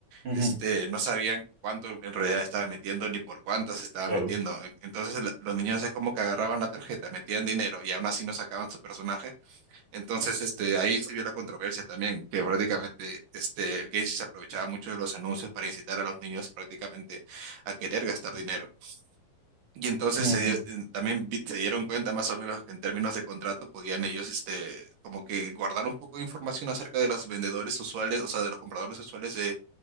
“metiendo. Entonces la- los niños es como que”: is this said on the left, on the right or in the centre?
Right